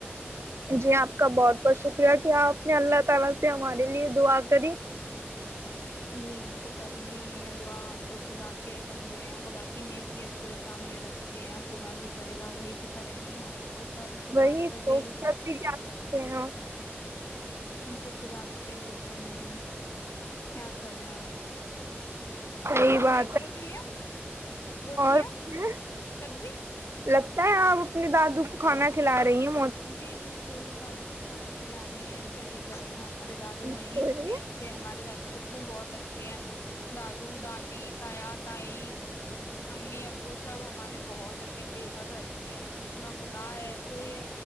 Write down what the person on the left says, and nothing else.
جی ہمیں تو کرنی ہی ہے دعا ہم تو خدا کے بندے ہیں خدا کی نیک یت کو سامنے رکھتے ہیں خدا جو کرے گا وہی تو کریں گے ہم تو سارے خدا
پر
ہی
تو خدا پر ہی ڈیپینڈ ہے کیا کریں
بوا
ایک
روٹی لیا روٹی
لیا
سبزی
جی بالکل سادو کو کھانا کھلا رہے ہیں کیا ہی کر رہے ہیں ہمارے دادو
ہیں ہی اتنے
اچھے ہمارے دادو سچ میں بہت اچھے ہیں دادو دادی تایا تائی امی ابو سب ہمارے بہت اچھے ہیں بےحد اچھے اچھ سچ میں خدا ایسے ہی